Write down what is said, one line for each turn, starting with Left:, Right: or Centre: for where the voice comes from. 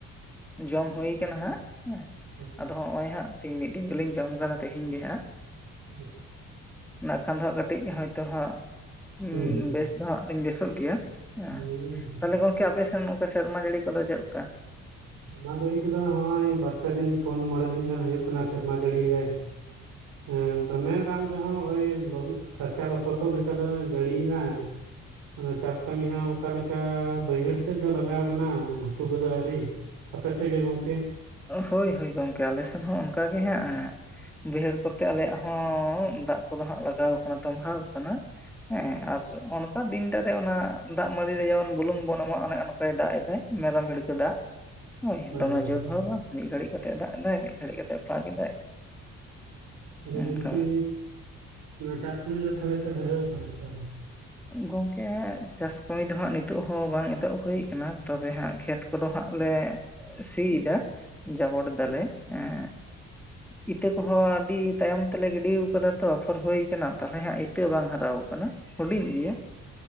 Centre: ᱡᱚᱢ ᱦᱳᱭ ᱠᱟᱱᱟ ᱦᱟᱸᱜ ᱦᱮᱸ
Right: ᱦᱩᱸ
Centre: ᱟᱫᱚ ᱦᱚᱜᱼᱚᱭ ᱦᱟᱸᱜ ᱛᱤᱦᱤᱧ ᱢᱤᱫ ᱫᱤᱱ ᱜᱮᱞᱤᱧ ᱡᱚᱢ ᱠᱟᱫᱟ ᱛᱤᱦᱤᱧ ᱜᱮ ᱦᱟᱸᱜ
Right: <unintelligible>
Centre: ᱱᱟᱜ ᱠᱷᱟᱱ ᱫᱚ ᱦᱟᱸᱜ ᱠᱟᱹᱴᱤᱡ ᱦᱳᱭᱛᱳ ᱦᱟᱸᱜ ᱩᱸ
Right: ᱦᱩᱸ
Centre: ᱵᱮᱥ ᱫᱚ ᱦᱟᱸᱜ ᱞᱤᱧ ᱵᱮᱥᱚᱜ ᱜᱮᱭᱟ ᱦᱮᱸ
Right: ᱦᱩᱸ
Centre: ᱛᱟᱦᱞᱮ ᱜᱚᱝᱠᱮ ᱟᱯᱮ ᱥᱮᱱ ᱱᱚᱝᱠᱟ ᱥᱮᱨᱢᱟ ᱡᱟᱹᱲᱤ ᱠᱚᱫᱚ ᱪᱮᱫ ᱞᱮᱠᱟ?
Right: ᱥᱮᱨᱢᱟ ᱡᱟᱹᱲᱤ ᱠᱚᱫᱚ ᱱᱚᱜᱼᱚᱭ ᱵᱟᱨᱯᱮ ᱫᱤᱱ ᱯᱩᱱ ᱢᱚᱬᱮ ᱫᱤᱱ ᱜᱟᱱ ᱦᱩᱭᱩᱜ ᱠᱟᱱᱟ ᱥᱮᱨᱢᱟ ᱡᱟᱹᱲᱤ ᱫᱟᱭ ᱦᱮᱸ ᱫᱚᱢᱮ ᱵᱟᱝ ᱨᱮᱦᱚᱸ ᱳᱭ ᱨᱟᱪᱟ ᱞᱚᱥᱚᱫᱚᱜ ᱞᱮᱠᱟ ᱫᱚ ᱡᱟᱹᱲᱤᱭᱟᱜ ᱚᱱᱟ ᱪᱟᱥ ᱠᱟᱹᱢᱤ ᱦᱚᱸ ᱚᱱᱠᱟ ᱞᱮᱠᱟ ᱚᱱᱠᱟ ᱵᱟᱹᱭᱦᱟᱹᱲ ᱛᱮᱫ ᱫᱚ ᱞᱟᱜᱟᱣ ᱟᱠᱟᱱᱟ ᱜᱷᱩᱴᱩ ᱠᱚᱫᱚ ᱟᱹᱣᱨᱤ ᱟᱯᱮ ᱥᱮᱫ ᱜᱮ ᱜᱚᱝᱠᱮ?
Centre: ᱦᱳᱭ ᱦᱳᱭ ᱜᱚᱝᱠᱮ ᱟᱞᱮ ᱥᱮᱱ ᱦᱚᱸ ᱚᱱᱠᱟ ᱜᱮ ᱦᱟᱜ ᱦᱮᱸ ᱵᱟᱹᱭᱦᱟᱹᱲ ᱠᱚᱛᱮ ᱟᱞᱮᱭᱟᱜ ᱦᱚᱸ ᱫᱟᱜ ᱠᱚᱫᱚ ᱦᱟᱜ ᱞᱟᱜᱟᱣ ᱠᱟᱱᱟ ᱛᱟᱢᱵᱷᱟᱣ ᱠᱟᱱᱟ ᱦᱮᱸ ᱟᱨ ᱚᱱᱠᱟ ᱫᱤᱱᱴᱟ ᱨᱮ ᱚᱱᱟ ᱫᱟᱜ ᱢᱟᱹᱰᱤ ᱨᱮ ᱡᱮᱢᱚᱱ ᱵᱩᱞᱩᱝ ᱵᱚᱱ ᱮᱢᱟ ᱚᱱᱮ ᱚᱱᱠᱟᱭ ᱫᱟᱜ ᱮᱫ ᱛᱟᱦᱮᱫ ᱢᱮᱨᱚᱢ ᱵᱷᱤᱲᱠᱟ ᱫᱟᱭ
Right: ᱦᱳᱭ
Centre: ᱫᱚᱢᱮ
Right: ᱦᱳᱭ ᱦᱳᱭ
Centre: ᱡᱳᱨ
Right: ᱦᱳᱭ᱾
Centre: ᱦᱚᱸ ᱢᱤᱫ ᱜᱷᱟᱹᱲᱤᱡ ᱠᱟᱛᱮ ᱫᱟᱜ ᱮᱫᱟᱭ ᱢᱤᱫ ᱜᱷᱟᱹᱲᱤᱡ ᱠᱟᱛᱮ ᱯᱷᱟᱠ ᱮᱫᱟᱭ
Right: ᱟᱫᱚ
Centre: ᱚᱱᱠᱟ
Right: ᱜᱚᱢᱠᱮᱻ ᱪᱟᱥ ᱠᱟᱹᱢᱤ ᱫᱚ ᱛᱟᱦᱞᱮ ᱯᱮ ᱫᱷᱩᱨᱟᱹᱣ ᱠᱟᱱᱟ ᱥᱮ ᱟᱹᱣᱨᱤ?
Centre: ᱜᱚᱝᱠᱮ ᱪᱟᱥ ᱠᱟᱹᱢᱤ ᱫᱚ ᱦᱟᱸᱜ ᱱᱤᱛᱳᱜ ᱦᱚᱸ ᱵᱟᱝ ᱮᱛᱚᱦᱚᱵ ᱦᱩᱭ ᱠᱟᱱᱟ ᱛᱚᱵᱮ ᱦᱟᱸᱜ ᱠᱷᱮᱛ ᱠᱚᱫᱚ ᱦᱟᱸᱜ ᱞᱮ ᱥᱤᱭᱮᱫᱟ ᱡᱟᱵᱚᱴ ᱫᱟᱞᱮ ᱮᱸᱜ ᱤᱛᱟᱹ ᱠᱚᱦᱚᱸ ᱟᱹᱰᱤ ᱛᱟᱭᱚᱢ ᱛᱮᱞᱮ ᱜᱤᱰᱤᱣ ᱠᱟᱫᱟ ᱛᱚ ᱟᱯᱷᱚᱨ ᱦᱩᱭ ᱠᱟᱱᱟ ᱛᱟᱦᱚᱞᱮ ᱦᱟᱸᱜ ᱤᱛᱟᱹ ᱵᱟᱝ ᱦᱟᱨᱟᱣ ᱠᱟᱱᱟ᱾ ᱦᱩᱰᱤᱧ ᱜᱮᱭᱟ